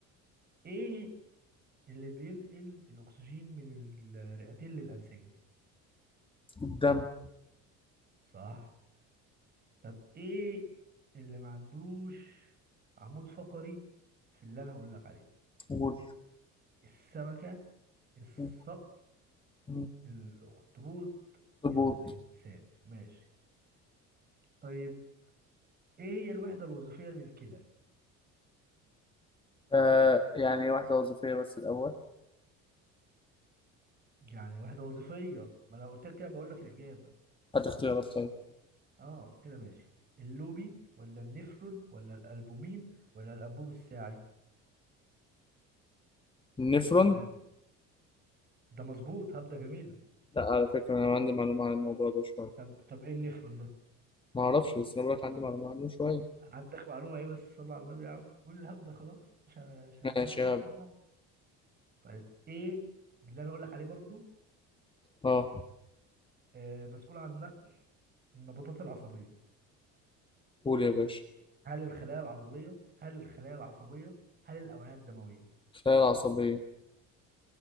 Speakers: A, on the right; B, on the left.
A: ايه اللي بينقل الأكسجين من الرئتين للأنسجة
B: الدم
A: صح طب إيه اللي ما عندوش عمود فقري في اللي أنا هقول لك عليه
B: قول
A: السمكة الصقر
B: مم. مم.
A: الأخطبوط
B: طبول
A: الإنسان ماشي طيب إيه هي الوحدة الوظيفية للكلى
B: آه يعني واحده وظيفيه بس الاول
A: يعني وحدة وظيفية ما أنا قلت لك كده بقول لك الإجابة
B: هات اختيارات طيب
A: آه كده ماشي اللوبي ولا النفرون ولا الألبومين ولا الأنبوب الساعي
B: النفرون
A: آه. ده مظبوط هبدة جميلة
B: لا على فكره انا عندي معلومه عن الموضوع ده شويه
A: طب طب ايه النفرون ده
B: ما اعرفش بس انا بقولك عندي معلومه عنه شويه
A: عندك معلومة ايه بس صلى على النبي يا عم قول الهبد ده خلاص مش ه- مش ه-
B: ماشي
A: مش هحسب معاك. طيب ايه باللي انا هقول لك عليه برضو
B: اه
A: آه مسؤول عن نقل النبضات العصبية
B: قول يا باشا
A: هل الخلايا العضلية هل الخلايا العصبية هل الأوعية الدموية
B: خلايا عصبية